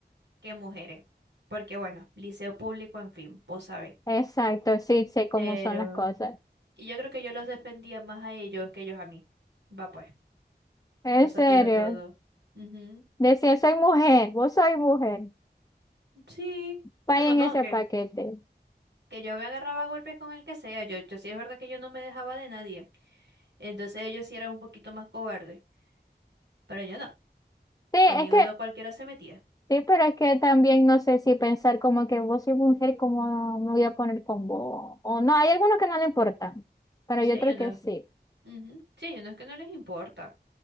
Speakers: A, on the right (about 85°); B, on the left (about 20°).
A: que mujeres. Porque bueno, liceo público, en fin, vos sabés.
B: Exacto, sí, sé cómo
A: Pero,
B: son las cosas.
A: y yo creo que yo los defendía más a ellos que ellos a mí. Va pues,
B: En
A: con eso
B: serio.
A: te digo todo. Ujú.
B: Decía, soy mujer, vos soy mujer.
A: Sí,
B: Vayan
A: bueno, no,
B: ese
A: que,
B: paquete.
A: que yo me agarraba a golpes con el que sea. Yo, yo sí es verdad que yo no me dejaba de nadie. Entonces ellos sí eran un poquito más cobardes. Pero yo no,
B: Sí,
A: conmigo
B: es que,
A: no cualquiera se metía.
B: sí, pero es que también no sé si pensar como que vos sois mujer, como me voy a poner con vos. O no, hay algunos que no le importan, pero
A: Sí
B: yo
A: hay
B: creo
A: unos,
B: que sí.
A: ujú, Sí hay unos que no les importa,